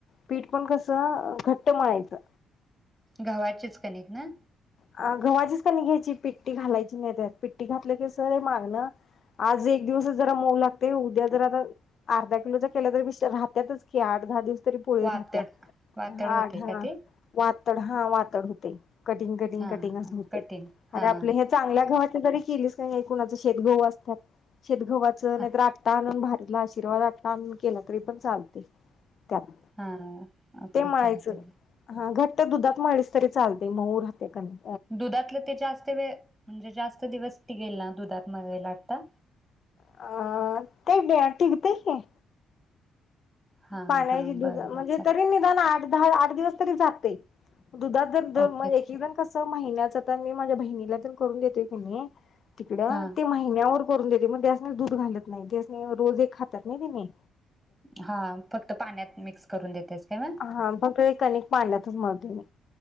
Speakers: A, on the left; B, in the centre.
A: पीठ पण कसं घट्ट मळायचं.
B: गव्हाचेच कनिक ना?
A: अ गव्हाचीच कनिक घ्यायची. पिट्टी घालायची नाही त्यात, पिट्टी घातल की कसं मागण आज एक दिवसच जरा मऊ लागते. उद्या जरा अर्धा किलोचा केल्या तर नुसत राहत्यातच त्या की आठ दहा दिवस तर पुळी
B: वातड
A: राहत्या.
B: वातड
A: हा
B: होते
A: आठ दिवस.
B: का ते
A: वातड हा वातड होते कटिंग कटिंग
B: हा
A: कटिंग असं
B: हा
A: होते.
B: कठीण
A: अरे
B: हा
A: आपले हे चांगल्या गव्हाच्या जरी केलीस की नाही. कुणाच शेतगहू असत्यात शेतगव्हाचं.
B: हा
A: नाहीतर आटा आणून घातला आशीर्वाद आटा आणून केला तरी पण चालते. त्यात
B: हा ओके
A: ते मळायचं.
B: चालते
A: हा घट्ट दुधात मळलीस तरी चालते मऊ राहते कनीक.
B: दुधातलं ते जास्त वेळ म्हणजे जास्त दिवस टिकेल ना. दुधात मग न लाटता.
A: अ तेल्या टिगते की.
B: हा
A: पाण्याची
B: हा
A: दुध
B: बरं
A: म्हणजे
B: बर चालत
A: तरी मी निदान आठ- दहा, आठ दिवस तरी जातय. दुधात जर द
B: ओकेच
A: म एक एक जण कस च महिन्याच तर मी माझ्या बहिणीला तेन करून देतोय कणी तिकडं
B: हा
A: महिन्यावर करून देते म त्यासनी दूध घालत नाही. त्यासनी रोज खातात नाही तेनीं.
B: हा फक्त पाण्यात मिक्स करून देतेस काय मग?
A: हा. फक कणिक पाण्यातनच मळतो मी.